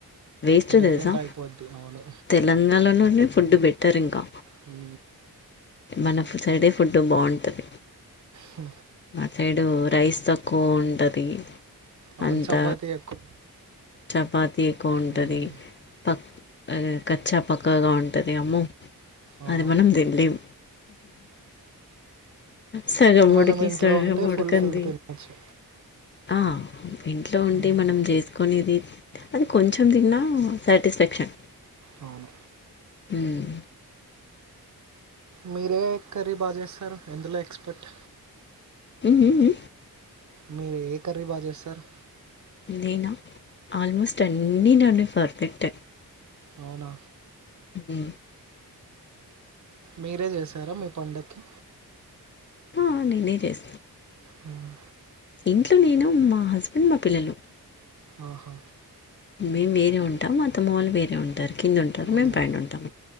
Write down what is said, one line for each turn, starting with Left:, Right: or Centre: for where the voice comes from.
Left: వేస్ట్
Right: డిఫరెంట్
Left: తెలుస
Right: అయిపోద్ది. అవును.
Left: తెలంగాణ లోనే ఫుడ్ బెటర్ ఇంకా
Right: హు
Left: మన సైడే ఫుడ్ బాగుంటుంది
Right: హ
Left: ఆ సైడ్ రైస్ తక్కువ ఉంటుంది
Right: అవును.
Left: అంత
Right: చపాతీ ఎక్కువ.
Left: చపాతి ఎక్కువ ఉంటుంది
Right: హ్మ్.
Left: పక్ అది కచ్చా పక్కగా ఉంటుంది అమ్మో
Right: అవునవును.
Left: అది మనం తినలేం సగం
Right: మనం
Left: ఉడికి
Right: ఇంట్లో
Left: సగం
Right: ఉంటే
Left: ఉడకనిది
Right: ఫుల్‌ఫిల్‌గా తినొచ్చు.
Left: ఆ ఇంట్లో ఉంటే
Right: హ్మ్.
Left: మనం చేసుకొనిది అది కొంచెం తిన్నా సాటిస్ఫాక్షన్
Right: అవును
Left: ఉమ్
Right: మీరే కర్రీ బాగా చేస్తారు ఎందులో ఎక్స్పర్ట్
Left: మ్మ్ మ్మ్
Right: మీరు ఏ కర్రీ బాగా చేస్తారు
Left: నేనా ఆల్మోస్ట్ అన్ని నన్న పర్ఫెక్ట
Right: అవునా
Left: ఉ
Right: మీరే చేసారా మీ పండగకి
Left: ఆ నేనే చేస్తా
Right: హ్మ్.
Left: ఇంట్లో నేను మా హస్బెండ్ మా పిల్లలు
Right: ఆహా
Left: మేము వేరే ఉంటాం మా అతమ్మ వాళ్ళు వేరే ఉంటారు కింద ఉంటారు మేము
Right: ఓహో!
Left: పైనా ఉంటాం